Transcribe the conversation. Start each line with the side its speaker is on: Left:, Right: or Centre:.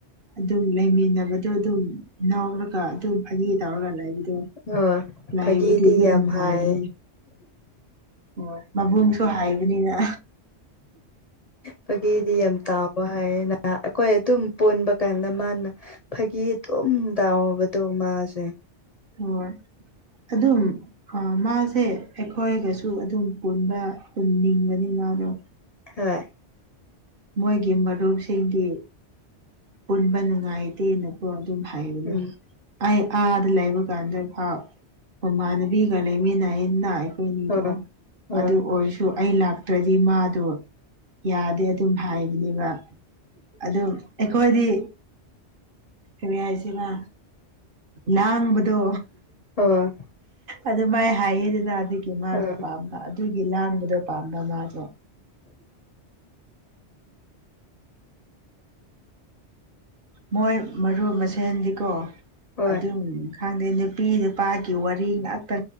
Right: ꯑꯗꯨꯝ ꯂꯩꯃꯤꯟꯅꯕꯗꯣ ꯑꯗꯨꯝ ꯎꯔꯒ ꯑꯗꯨꯝ ꯐꯒꯤꯦ ꯇꯧꯔꯒ ꯂꯥꯏꯕꯗꯣ
Left: ꯍꯣꯏ
Right: ꯂꯥꯏꯕꯔꯤ
Left: ꯐꯥꯒꯤꯗꯤ
Right: ꯑꯗꯨꯝ
Left: ꯌꯥꯝ ꯍꯥꯏ
Right: ꯂꯥꯏꯕꯔꯤ ꯑꯣ ꯃꯕꯨꯡꯁꯨ ꯍꯥꯏꯕꯅꯤꯅ
Left: ꯐꯥꯒꯤꯦꯗꯤ ꯌꯥꯝ ꯇꯥꯎꯕ ꯍꯥꯏꯅ ꯑꯩꯈꯣꯏ ꯑꯗꯨꯝ ꯄꯨꯣꯟꯕ ꯀꯥꯟꯗ ꯃꯥꯅ ꯐꯥꯒꯤ ꯑꯗꯨꯝ ꯇꯗꯥꯕꯗꯣ ꯃꯥꯁꯦ
Right: ꯑꯣ ꯑꯗꯨꯝ ꯑ ꯃꯥꯁꯦ ꯑꯩꯈꯣꯏꯒꯁꯨ ꯑꯗꯨꯝ ꯄꯨꯟꯕ ꯑꯗꯨꯝ ꯅꯤꯡꯕꯅꯤ ꯃꯥꯗꯣ
Left: ꯍꯝ
Right: ꯃꯣꯏꯒꯤ ꯃꯔꯨꯞꯁꯤꯡꯗꯤ ꯄꯨꯟꯕ ꯅꯨꯡꯉꯥꯏꯇꯦꯅ ꯍ ꯑꯗꯨꯝ ꯍꯥꯏꯕꯅꯦ
Left: ꯎꯝ
Right: ꯑꯩ ꯑꯥꯗ ꯂꯩꯕ ꯀꯥꯟꯗ ꯐꯥꯎ ꯃꯃꯥꯟꯅꯕꯤꯒ ꯂꯩꯃꯤꯅ ꯑꯩꯅ ꯑꯩꯈꯣꯏꯅꯤꯗꯣ
Left: ꯍꯣꯏ ꯍꯣꯏ
Right: ꯑꯗꯨ ꯑꯣꯏꯔꯁꯨ ꯑꯩ ꯂꯥꯛꯇ꯭ꯔꯗꯤ ꯃꯥꯗꯣ ꯌꯥꯗꯦ ꯑꯗꯨꯝ ꯍꯥꯏꯕꯅꯦꯕ ꯑꯗꯨꯝ ꯑꯩꯈꯣꯏꯗꯤ ꯐꯔꯤ ꯍꯥꯏꯁꯤꯅ ꯂꯥꯡꯕꯗꯣ
Left: ꯍ
Right: ꯑꯗꯨꯃꯥꯏ ꯍꯥꯏꯌꯦꯗꯅ ꯑꯗꯨꯒꯤ ꯃꯥꯗꯣ
Left: ꯍꯣꯏ
Right: ꯄꯥꯝꯕ ꯑꯗꯨꯒꯤ ꯂꯥꯡꯕꯗꯣ ꯄꯥꯝꯕ ꯃꯥꯗꯣ ꯃꯣꯏ ꯃꯔꯨ ꯃꯁꯦꯟꯗꯤꯀꯣ
Left: ꯍꯣꯏ
Right: ꯑꯗꯨꯝꯅꯤ ꯈꯪꯗꯦ ꯅꯨꯄꯤ ꯅꯨꯄꯥꯒꯤ ꯋꯥꯔꯤ ꯉꯥꯛꯇ